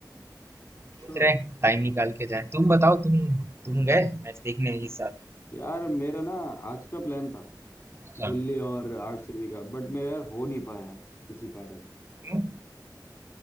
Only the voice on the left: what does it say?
अच्छा
यार मेरा ना आज का प्लान था
दिल्ली और आरसीबी का बट मेरा यार हो नहीं पाया किसी कारण